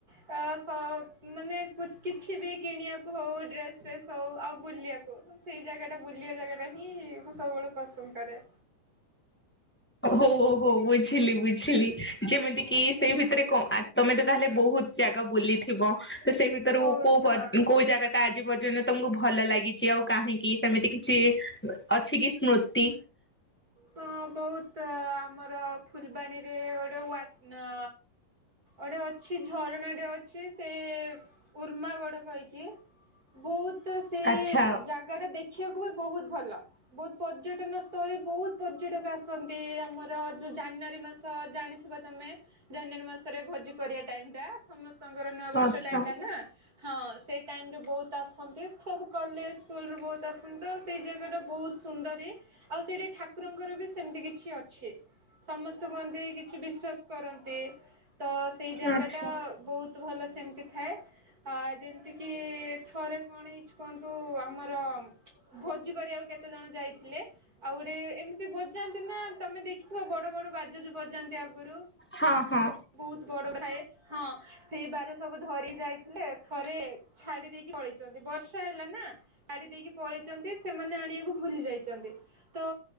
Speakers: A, on the right; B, in the centre.
A: ତା ସହ ମାନେ କୁତ କିଛି ବି କିଣିବା ହଉ ଡ୍ରେସ ଫ୍ରେସ ହଉ ଆଉ ବୁଲିବାକୁ ସେଇ ଜାଗାଟା ବୁଲିବା ଜାଗାଟା ହିଁ ମୁଁ ସବୁବେଳେ ପସନ୍ଦ କରେ।
B: ହଉ ହଉ ବୁଝିଲି ବୁଝିଲି ଯେମିତିକିି ସେ ଭିତରେ କଣ ଆ ତମେ ତ ତାହେଲେ ବହୁତ ଜାଗା ବୁଲିଥିବ ତ ସେଇ ଭିତରୁ
A: ବହୁତ
B: କୋଉ ପା
A: ହଁ
B: କୋଉ ଜାଗାଟା ଆଜି ପର୍ଯ୍ୟନ୍ତ ତମକୁ ଭଲ ଲାଗିଛି ଆଉ କାହିଁକି ସେମିତି କିଛି ଅଛି କି ସ୍ମୃତି?
A: ହଁ ବହୁତ ଆମର ଫୁଲବାଣୀରେ ଗୋଟେ ୱାଟ ନ ଆଉ ଗୋଟେ ଅଛି ଝରଣାଟେ ଅଛି ସେ ଉର୍ମାଗୋଡ କହିକି ବହୁତ ସେଇ
B: ଆଚ୍ଛା
A: ଜାଗ ଗାଟା ଦେଖିବାକୁ ବି ବହୁତ ଭଲ ବହୁତ ପର୍ଯ୍ୟଟନ ସ୍ଥଳୀ ବହୁତ ପର୍ଯ୍ୟଟକ ଆସନ୍ତି ଆମର ଯୋଉ ଜାନୁଆରୀ ମାସ ଜାଣିିଥିବ ତମେ ଜାନୁଆରୀ ମାସରେ ଭୋଜି କରିବା ଟାଇମଟା ସମସ୍ତଙ୍କର ନୂଆ ବର୍ଷ
B: ଆଚ୍ଛା
A: ଟାଇମଟା ନା ହଁ ସେଇ ଟାଇମରେ ବହୁତ ଆସନ୍ତି ସବୁ କଲେଜ ସ୍କୁଲୁରୁ ବହୁତ ଆସନ୍ତି ତ ସେଇ ଜାଗାଟା ବହୁତ ସୁନ୍ଦର ଇଏ ଆଉ ସେଇଟି ଠାକୁରଙ୍କର ବି ସେମିତି କିଛି ଅଛି। ସମସ୍ତେ କୁହନ୍ତି କିଛି ବିଶ୍ଵାସ କରନ୍ତି ତ ସେଇ ଜାଗାଟା
B: ଆଚ୍ଛା
A: ବହୁତ ଭଲ ସେମିତି ଥାଏ। ଆ ଯେମିତି କିି ଥରେ କଣ ହେଇଛି କୁହନ୍ତୁ ଆମର ଭୋଜି କରିବାକୁ କେତେ ଜଣ ଯାଇଥିଲେ ଆଉ ଗୋଟେ ଏମ ମତି ବଜାନ୍ତି ନା ତମେ ଦେଖିଥିବ ବଡ ବଡ ବାଜା ଯୋଉ ବଜାନ୍ତି ଆଗରୁ
B: ହଁ ହଁ।
A: ବହୁତ ବଡ ଥାଏ ହଁ। ସେଇ ବାର ସବୁ ଧରିିକି ଯାଇଥିଲେ ଥରେ ଛାଡି ଦେଇକି ପଳେଇଛନ୍ତି ବର୍ଷା ହେଲା ନା? ଛାଡ଼ିଦେଇକି ପଳେଇଛନ୍ତି ସେମାନେ ଆଣିବାକୁ ଭୁଲି ଯାଇଛନ୍ତି ତ